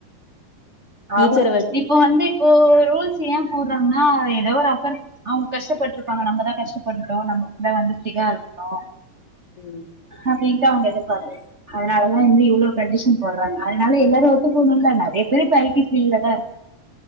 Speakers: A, on the left; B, on the right.
A: ஃபியூச்சர
B: அவா
A: வச்
B: இப்ப வந்து ப்போ ரூல்ஸ் ஏன் போட்றாங்ன்னா எதோ ஒரு அபர் அவ்ங்கு கஷ்டப்பட்ருப்பாங்க நம்மதா கஷ்டபட்டுட்டோ நம்ம புள்ள வந்துட்டிகா இருக்குணு
A: ம்
B: அப்டின்ட்டு அவுங்க எதிர்பார்பு அதுனாலதா இங்க இவுளோ கண்டிஷன் போட்றாங்க அதுனால எல்லாரு ஒத்தக்கணுல நெறைய பேரு இப்ப ஐ டி ஃபீலதா இருக்கா